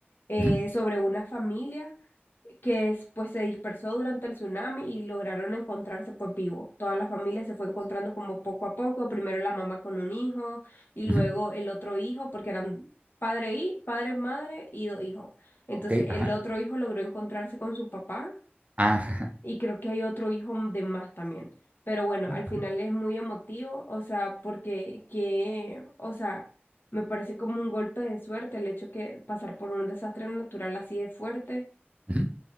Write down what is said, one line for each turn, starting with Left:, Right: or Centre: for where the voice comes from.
Left: eh,
Right: ujú,
Left: sobre una familia que es- pues se dispersó durante el tsunami y lograron encontrarse pues vivos. Toda la familia se fue encontrando como poco a poco, primero la mamá con un hijo y luego
Right: ujú,
Left: el otro hijo, porque eran padre y padre, madre y dos hijos. Entonces
Right: Ok,
Left: el
Right: ajá.
Left: otro hijo logró encontrarse con su papá
Right: Ah, Ajá.
Left: y creo que hay otro hijo de más también. Pero bueno,
Right: ok,
Left: al final es muy emotivo, o sea, porque que, o sea, me parece como un golpe de suerte el hecho que pasar por un desastre natural así de fuerte
Right: ujú,